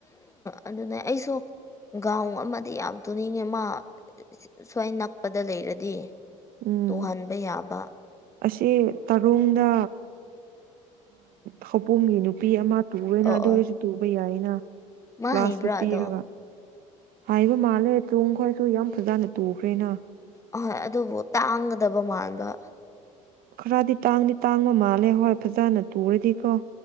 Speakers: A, on the left; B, on the right.
A: ꯑꯗꯨꯅ ꯑꯩꯁꯨ ꯒꯥꯎꯟ ꯑꯃꯗꯤ ꯌꯥꯝ ꯇꯨꯅꯤꯡꯉꯦ ꯃꯥ ꯁ꯭ꯋꯥꯏ ꯅꯛꯄꯗ ꯂꯩꯔꯗꯤ
B: ꯎꯝ
A: ꯇꯨꯍꯟꯕ ꯌꯥꯕ
B: ꯑꯁꯤ ꯇꯥꯔꯨꯡꯗ ꯈꯧꯕꯨꯝꯒꯤ ꯅꯨꯄꯤ ꯑꯃ ꯇꯨꯋꯦꯅ
A: ꯑꯣ
B: ꯑꯗꯨ
A: ꯑꯣ
B: ꯑꯣꯏꯔꯁꯨ ꯇꯨꯕ ꯌꯥꯏꯌꯦꯅ
A: ꯃꯥ
B: ꯀ꯭ꯂꯥꯁꯇ
A: ꯍꯩꯕ꯭ꯔꯥ
B: ꯄꯤꯔꯒ
A: ꯑꯗꯣ
B: ꯍꯥꯏꯕ ꯃꯥꯜꯂꯦ ꯆꯨꯡ ꯈꯣꯏꯁꯨ ꯌꯥꯝ ꯐꯖꯅ ꯇꯨꯈ꯭ꯔꯦꯅ
A: ꯍꯣꯏ ꯑꯗꯨꯕꯨ ꯇꯥꯡꯒꯗꯕ ꯃꯥꯟꯕ
B: ꯈꯔꯗꯤ ꯇꯥꯡꯗꯤ ꯇꯥꯡꯕ ꯃꯥꯜꯂꯦ ꯍꯣꯏ ꯐꯖꯅ ꯇꯨꯔꯗꯤꯀꯣ